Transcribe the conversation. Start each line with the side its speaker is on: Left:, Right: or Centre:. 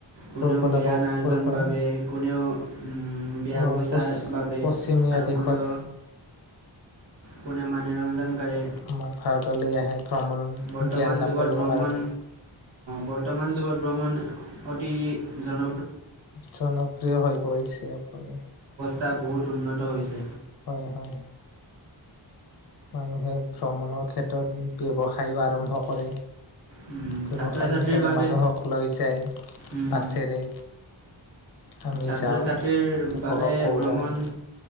Right: কোনেও
Left: কৰ পৰা
Right: জ্ঞান আৰ্জননৰ
Left: কৰ পৰা
Right: বাবে কোনেও বিয়া
Left: আহ
Right: বচাৰ
Left: পচ
Right: বাবে
Left: পশ্চিমীয়া
Right: আৰু
Left: দিশত
Right: কোনেও কোনে মনোৰঞ্জনকাৰী
Left: আমাৰ ভাৰতলৈ আহে ভ্ৰমণ
Right: বৰ্তমান
Left: জ্ঞান লাভ
Right: যুগত
Left: কৰিবৰ
Right: ভ্ৰমণ
Left: কাৰণে
Right: বৰ্তমান যুগত ভ্ৰমণ, অতি জন
Left: জনপ্ৰিয় হৈ পৰিছে আপুনি,
Right: তা বহুত উন্নত হৈছে।
Left: হয় হয়। মানুহে ভ্ৰমণৰ ক্ষেত্ৰত ব্যৱসায়ো আৰম্ভ কৰে।
Right: উম,
Left: ব্যৱসায়
Right: ছাত্ৰ ছাত্ৰীৰ
Left: হিচাপে
Right: বাবে
Left: মানুহক লৈ যায়
Right: উম,
Left: বাছেৰে। আমি
Right: ছাত্ৰ
Left: যাওঁ
Right: ছাত্ৰীৰ
Left: উপভোগ
Right: বাবে
Left: কৰোঁ
Right: ভ্ৰমণ